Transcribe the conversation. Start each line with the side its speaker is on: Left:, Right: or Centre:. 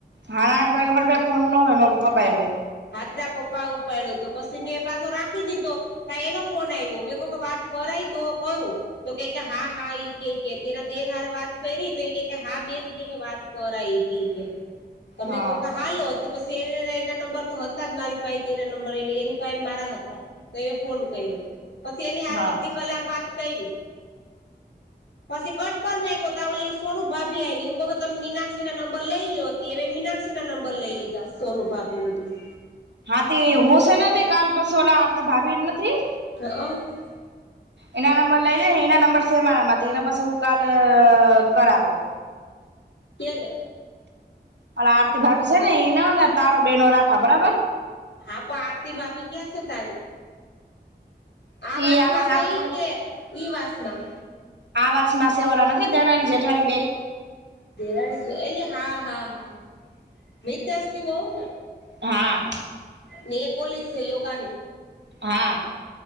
Right: હાડા આઠ વાગે મારા પાહે ફોન ન હોય મારા પપ્પા પાહે હોય
Left: હાથ તારા પપ્પા ઉપાડ્યો તો પછી મેં પાછો રાખી દીધો તા એનો ફોન આવ્યો મેં કવ કે વાત કરાય તો કરું તો કે કે હા હા ઈ કેય કે તેના દેર હાર વાત કયરી તો ઈ કે કે હા બેન ઈ કે કે વાત કરાય ઈ કે તમે
Right: હા
Left: કોકા હાલો હતી પછી એ એના નંબર તો હતા જ મારી પાઈ એના નંબર એની પાઈ મારા હતા તો એ ફોન કર્યો પછી એની હારે
Right: હા
Left: અડધી કલાક વાત કયરી પછી કટ કર નાખયો તા ઓલી સોનું ભાભી આયવી હું ક તમે મીનાક્ષી ના નંબર લઈ ગયો <unintelligible> મીનાક્ષી ના નંબર લઈ લીધા સોનુ ભાભી <unintelligible>
Right: હા તે હોશે તે કાલ બસોલા આરતી ભાભી નથી
Left: <inaudible>
Right: એના નંબર લઈ લે એના નંબર છે, મારામાં એના પાસે હું કાલ કરાતો
Left: તેેને
Right: અલા આરતી ભાભી છે, ને ઈનો ને તારો બેનો રાખા બરાબર
Left: હા પ આરતી ભાભી ક્યાં છે, તારી આ વાસમાં
Right: ઈ આમાં
Left: છે,
Right: આપડે
Left: ઈ કે ઈ વાસમાં
Right: આવાસમાં સે ઓલા નથી દરાણી જેઠાણી બેય
Left: દેરાની છે, એલી હા હા હા મિતેષની વોવ ને?
Right: હા.
Left: ને એ કોલેજ <unintelligible>
Right: હા.